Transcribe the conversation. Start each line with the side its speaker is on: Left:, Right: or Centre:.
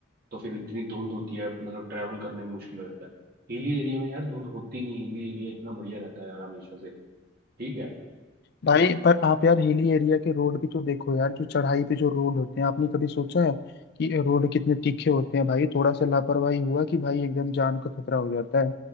Right: तो फिर इतनी धुंध होती है मतलब ट्रैवल करना ही मुश्किल हो जाता है हिली एरिया में यार धुंध होती नहीं हिली एरिया इतना बढ़िया रहता है यार हमेशा से ठीक है
Left: भाई
Right: अब
Left: पर आप यार हिली एरिया के रोड भी तो देखो यार जो चढ़ाई पे जो रोड होते हैं आपने कभी सोचा है कि रोड कितने तीखे होते हैं भाई थोड़ा सा लापरवाही हुआ कि भाई एकदम जान का खतरा हो जाता है